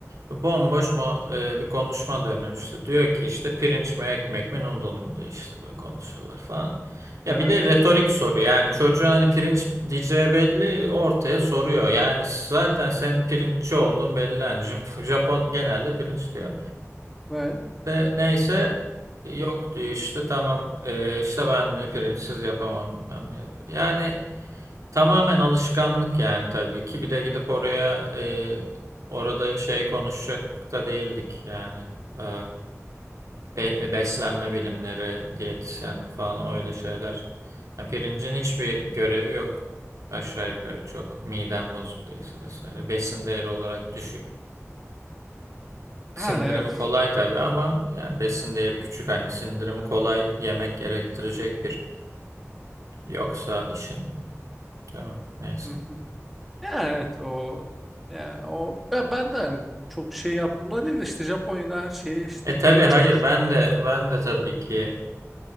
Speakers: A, on the right; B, in the centre.
A: bomboş mu e, bir konuşma dönüyor işte. Diyor ki işte pirinç mi ekmek mi noodle mu diyor işte böyle konuşuyorlar falan. Ya
B: Evet.
A: bir de retorik soru yani çocuğun hani pirinç diyeceği belli ortaya soruyor. Yani zaten senin pirinççi olduğun belli hani Japon, <laughs> Japon genelde pirinç diyor.
B: Evet.
A: De, neyse yok diyor işte tamam e, işte ben diyor pirinçsiz yapamam bilmem ne yapıyor. Yani Tamamen alışkanlık yani tabii ki. Bir de gidip oraya e, orada şey konuşacak da değildik yani. E, be- e, beslenme bilimleri, diyetisyenlik falan öyle şeyler. Ya pirincin hiçbir görevi yok. Aşağı yukarı çok. Miden bozuk değilse vesaire. Besin değeri olarak düşük. Sindirimi
B: Yani evet.
A: kolay tabii ama yani besin değeri küçük. Hani sindirimi kolay yemek gerektirecek bir yoksa işin. Değil mi? Neyse.
B: Hı hı. Ya evet o ya o ben, ben de hani çok şey yaptığımda değil de işte Japonya'da her şeye işte
A: E
B: pirinç
A: tabii hayır
B: yani işte.
A: ben de ben de tabii ki